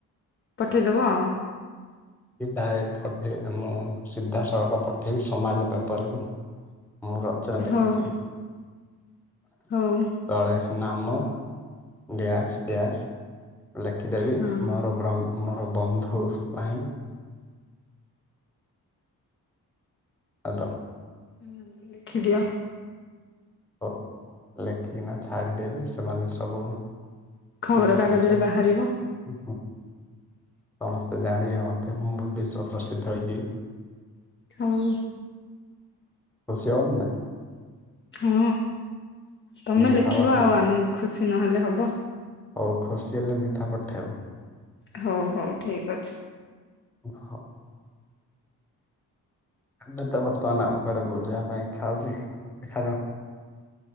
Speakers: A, on the left; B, in the centre.
A: ପଠେଇଦବ ଆଉ।
B: କି ଡାଇରେକ୍ଟ ପଠେଇ ମୁଁ ସିଧାସଳଖ ପଠେଇକି ସମାଜ ପେପରକୁ। ମୁଁ ରଚନା ଲେଖିଛି।
A: ହଉ ହଉ
B: ତଳେ ନାମ ଡ୍ୟାସ ଡ୍ୟାସ। ଲେଖିଦେବି
A: ହଁ
B: ମୋର ବ୍ରହ୍ମ ମୋର ବନ୍ଧୁ ପାଇଁ। ହ୍ୟାଲୋ।
A: ହୁଁ ଲେଖି ଦିଅ।
B: ହଉ ଲେଖିକିନା ଛାଡ଼ିଦେବି ସେମାନେ ସବୁ
A: ଖବର
B: ଯେତିକି
A: କାଗଜରେ
B: ସବୁ
A: ବାହାରିବ।
B: ହୁଁ ସମସ୍ତେ ଜାଣିବେ ମତେ, ମୁଁ ବିଶ୍ଵ ପ୍ରସିଦ୍ଧ ହେଇଯିବି।
A: ହଉ।
B: ଖୁସି ହବନି ନା।
A: ହଁ ତମେ
B: ମିଠା
A: ଲେଖିବ,
B: ପଠେଇବ।
A: ଆଉ ଆମେ ଖୁସି ନହେଲେ ହବ।
B: ହୋଉ ଖୁସି ହେଲେ ମିଠା ପଠେଇବ।
A: ହଉ ହଉ ଠିକ ଅଛି।
B: ଓ ହ। ଏବେ ତ ବର୍ତ୍ତମାନ, ଆଉ କୁଆଡେ ବୁଲିବା ପାଇଁ ଇଚ୍ଛା ହଉଛି ଦେଖାଯାଉ।